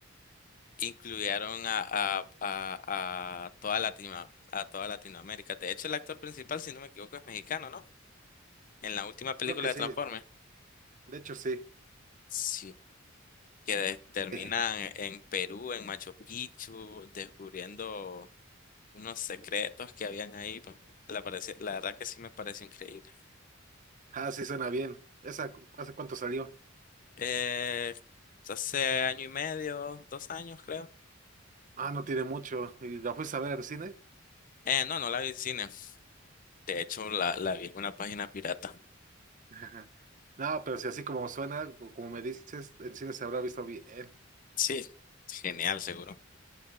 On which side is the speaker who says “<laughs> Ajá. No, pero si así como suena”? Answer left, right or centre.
Right